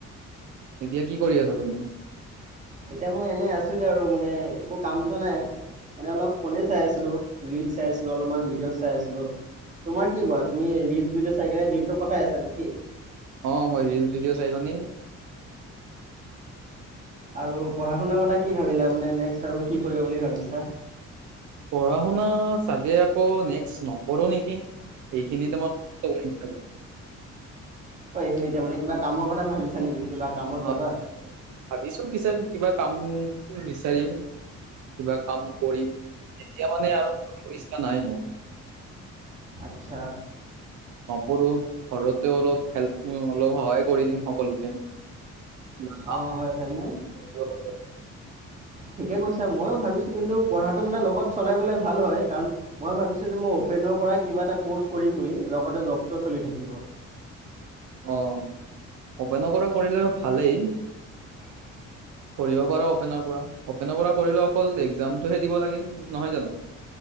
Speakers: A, on the right (about 70°); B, on the right (about 25°).
A: এতিয়া কি কৰি আছা তুমি।
B: এতিয়া মই এনে আছিলে। আৰু মানে একো কামতটো নাই এনে অলপ ফোনে চাই আছিলো ৰিলচ চাই আছিলো। অলপমান ভিডিঅ' চাই আছিলো। তোমাৰ কি কোৱা তুমি ৰিলচ ভিডিঅ চাই কিনে দিনত কটাই আছা নেকি।
A: অ মই ৰিল ভডিঅ চাইল নি।
B: আৰু পঢ়া শুনাৰ কথা। কি ভাবিলা মানে নেক্সট আৰু কি কৰিব বুলি ভাবিছা।
A: পঢ়া শুনা চাগে আকৌ নেক্স। নকৰো নেকি এইখিনিতে মই কৰি থ।
B: সিনিতি <unintelligible> মানে কামৰ কথা ভাবিচা নেকি কিবা কামত
A: অ
B: যাবা
A: ভাবি চু কিছে <unintelligible> কিবা কাম বিচাৰিম কিবা কাম কৰিম এতিয়া মানে আৰু কৰিব ইচ্ছা নাই মোৰ
B: আচ্ছা
A: কৰো ঘৰতে অলপ খেল্প অলপ সহায় কৰি দিম সকলোকে কিবা কাম
B: অঁ হয় হয়নে
A: কৰিব।
B: ঠিকে কৈছা মই ও ভাবিছো কিন্তু পঢ়াটো মানে লগত চলাই গলে ভাল হয় কাৰ মই ভাবিছো যে মই অপেনৰ পৰাই কিবা এটা কৰ্চ কৰিম বুলি লগতে জবটো চলি থাকিব
A: অ উপেনপৰাও কৰিলে ভালেই
B: <inaudible>
A: পঢ়িব পাৰ অপেনৰ পৰা অপেনৰ পৰা পঢ়িলে অকল এক্জামতটোহে দিব লাগে নহয় জানো